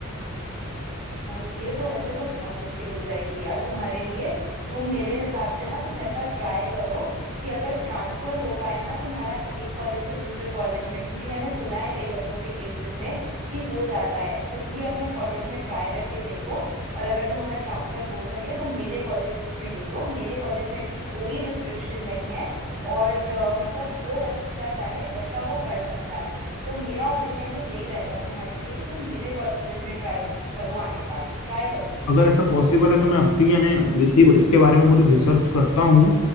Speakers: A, on the right (about 35°); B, on the left (about 80°).
A: भाई ये तो ऐसे तो बहुत मुश्किल हो जाएगी यार तुम्हारे लिए तुम मेरे हिसाब से ना कुछ ऐसा ट्राई करो कि अगर ट्रांसफर हो पाए ना तुम्हारा एक कॉलेज से दूसरे कॉलेज में क्योंकि मैंने सुना है कई बच्चों के केसेस में कि हो जाता है तुम भी अपने कॉलेज में ट्राई करके देखो और अगर तुम्हारा ट्रांसफर हो सके तो मेरे कॉलेज में ले लो मेरे कॉलेज में ऐसी कोई रिस्ट्रिक्शन नहीं है और अ, मतलब जो बच्चा चाहे वैसा वो कर सकता है तो मेरा ओपिनियन तो यही रहेगा तुम्हारे लिए कि तुम मेरे कॉलेज में ट्राई करो आने का ट्राई करो
B: अगर ऐसा पॉसिबल है तो मैं अब भी यानी इसी इसके बारे में पूरी रिसर्च करता हूँ